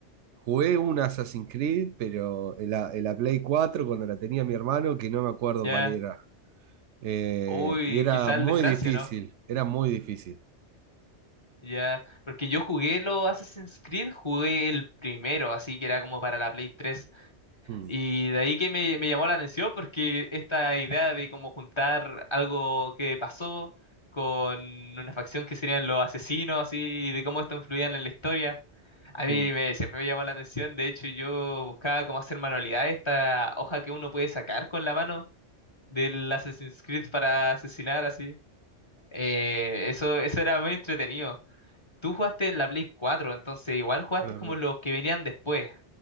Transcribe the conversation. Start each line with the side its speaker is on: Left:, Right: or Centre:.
Right: Jugué un Assassin's Creed, pero en la, en la Play 4 cuando la tenía mi hermano, que no me acuerdo
Left: Ya.
Right: cuál era. Eh,
Left: Uy,
Right: y era
Left: quizá
Right: muy
Left: el de Francia,
Right: difícil,
Left: ¿no?
Right: era muy difícil.
Left: Ya. Porque yo jugué los Assassin's Creed, jugué el primero, así que era como para la Play 3.
Right: Mm,
Left: Y de ahí que me, me llamó la atención porque esta idea de como juntar algo que pasó con una facción que serían los asesinos, así, y de cómo esto influía en la historia. A mí
Right: mm.
Left: me, siempre me llamó la atención, de hecho yo buscaba cómo hacer manualidades, esta hoja que uno puede sacar con la mano del Assassin's Creed para asesinar así. Eh, eso, eso era muy entretenido. Tú jugaste en la Play 4, entonces igual jugaste
Right: Bueno,
Left: como
Right: pero-
Left: los que venían después,